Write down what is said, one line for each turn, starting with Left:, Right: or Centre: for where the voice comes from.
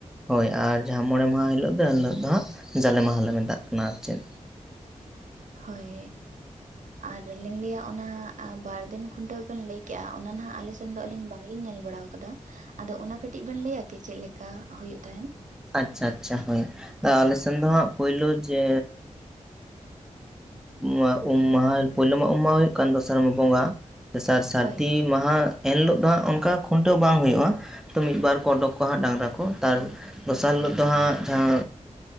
Centre: ᱦᱳᱭ ᱟᱨ ᱡᱟᱦᱟᱸ ᱢᱚᱬᱮ ᱢᱟᱦᱟ ᱦᱤᱞᱳᱜ ᱫᱚ ᱮᱱ ᱦᱤᱞᱳᱜ ᱫᱚ ᱦᱟᱸᱜ ᱡᱟᱞᱮ ᱢᱟᱦᱟᱞᱮ ᱢᱮᱛᱟᱜ ᱠᱟᱱᱟ ᱟᱨ ᱪᱮᱫ
Right: ᱦᱳᱭ ᱟᱨ ᱞᱤᱧ ᱞᱟᱹᱭᱟ ᱚᱱᱟ ᱵᱟᱨᱫᱤᱱ ᱠᱷᱩᱱᱴᱟᱹᱣ ᱵᱮᱱ ᱞᱟᱹᱭ ᱠᱮᱜᱼᱟ ᱚᱱᱟ ᱦᱟᱜ ᱟᱞᱮ ᱮᱱ ᱫᱚ ᱟᱹᱞᱤᱧ ᱵᱟᱝᱞᱤᱧ ᱧᱮᱞ ᱵᱟᱲᱟ ᱟᱠᱟᱫᱟ ᱟᱫᱚ ᱚᱱᱟ ᱠᱟᱹᱴᱤᱡ ᱵᱮᱱ ᱞᱟᱹᱭᱟ ᱠᱤ ᱪᱮᱫ ᱞᱮᱠᱟ ᱦᱳᱭᱳᱜ ᱛᱟᱦᱮᱸᱱ
Centre: ᱟᱪᱪᱷᱟ ᱟᱪᱪᱷᱟ ᱦᱳᱭ ᱟᱞᱮᱥᱮᱱ ᱫᱚ ᱦᱟᱸᱜ ᱯᱳᱭᱞᱩ ᱡᱮ ᱩᱢ ᱩᱢ ᱢᱟᱦᱟ ᱯᱳᱭᱞᱳ ᱢᱟ ᱩᱢ ᱢᱟᱦᱟ ᱦᱩᱭᱩᱜ ᱠᱟᱱ ᱫᱚᱥᱟᱨ ᱢᱟ ᱵᱚᱸᱜᱟ ᱫᱚᱥᱟᱨ ᱥᱟᱹᱨᱫᱤ
Right: ᱦᱳᱭ
Centre: ᱢᱟᱦᱟ ᱮᱱ ᱦᱤᱞᱳᱜ ᱫᱚ ᱦᱟᱸᱜ ᱚᱱᱠᱟ ᱠᱷᱩᱱᱴᱟᱹᱣ ᱵᱟᱝ ᱦᱩᱭᱩᱜᱼᱟ ᱛᱳ ᱢᱤᱫᱵᱟᱨ ᱠᱚ ᱳᱸᱰᱳᱠ ᱠᱚᱜᱣᱟ ᱦᱟᱜ ᱰᱟᱝᱨᱟ ᱠᱚ ᱛᱟᱨ ᱫᱚᱥᱟᱨ ᱦᱤᱞᱳᱜ ᱫᱚ ᱦᱟᱜ ᱡᱟᱦᱟ